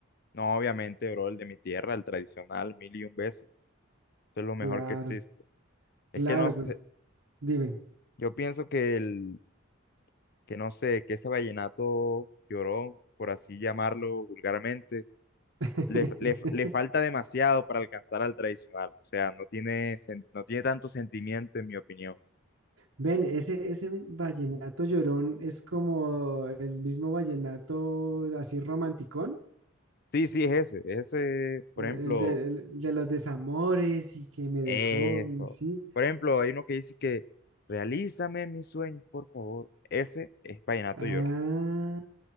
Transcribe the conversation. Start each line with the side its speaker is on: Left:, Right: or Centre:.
Left: No, obviamente, bro, el de mi tierra, el tradicional, mil y un veces. Eso es lo mejor
Right: Claro,
Left: que existe.
Right: claro,
Left: Es que no sé,
Right: pues dime.
Left: yo pienso que el, que no sé, que ese vallenato llorón, por así llamarlo vulgarmente,
Right: <laughs>
Left: le, le, le falta demasiado para alcanzar al tradicional. O sea, no tiene, sen- no tiene tanto sentimiento, en mi opinión.
Right: Ven, ese, ese vallenato llorón es como el mismo vallenato así romanticón,
Left: Sí, sí, es ese. Es ese, por
Right: eh,
Left: ejemplo.
Right: el de, el de los desamores y que me dejó,
Left: Eso.
Right: y sí.
Left: Por ejemplo, hay uno que dice que realízame mis sueños, por favor. Ese es Vallenato
Right: Ah,
Left: Llorón.